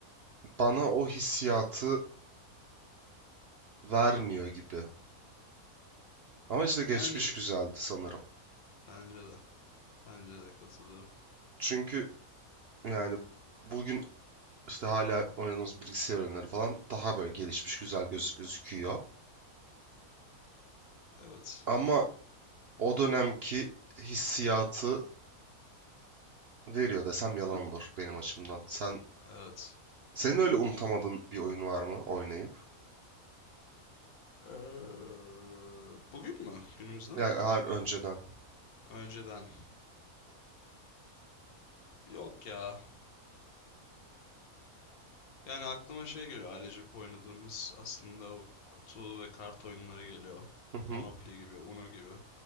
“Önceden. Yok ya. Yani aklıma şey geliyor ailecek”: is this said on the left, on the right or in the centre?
Left